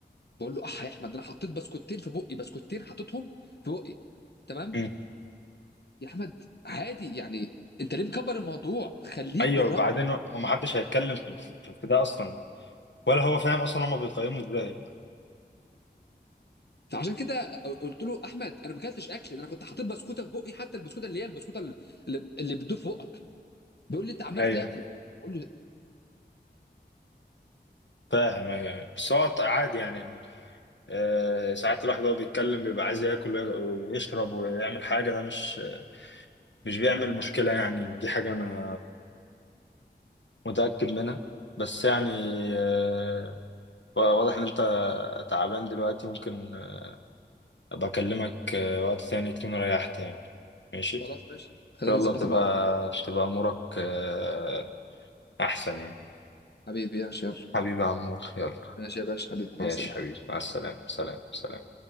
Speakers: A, on the left; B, on the left.
A: بقول له اح يا احمد انا حطيت بسكوتين في بقي بسكوتين حطيتهم في بقي تمام
B: مم.
A: يا احمد عادي يعني انت ليه مكبر الموضوع خليك
B: ايوه
A: بالراحه
B: بعدين هو ما حدش هيتكلم في في- في ده اصلا ولا هو فاهم اصلا هما بيقيموا ازاي
A: فعشان كده قلت له احمد انا ما اكلتش اكل ده انا كنت حاطط بسكوته في بقي حتى البسكوته اللي هي البسكوته اللي اللي بتدوب في بقك بيقول لي انت عمال
B: ايوه
A: تاكل بقول له
B: فاهم ايوه بس هو عادي يعني آه، ساعات الواحد وهو بيتكلم بيبقى عايز ياكل ويشرب ويعمل حاجة ده مش مش بيعمل مشكلة يعني دي حاجة أنا متأكد منها بس يعني آه، واضح إن أنت تعبان دلوقتي ممكن آه، أبقى أكلمك آه، وقت ثاني تكون ريحت يعني ماشي إن
A: خلاص ماشي خلينا
B: شاء الله
A: نظبطها
B: تبقى
A: مع بعض
B: تبقى أمورك آه، أحسن يعني
A: حبيبي يا يلا
B: حبيبي يا عمور يلا
A: ماشي يا باشا حبيبي
B: ماشي
A: مع السلامه
B: حبيبي مع السلامة سلام سلام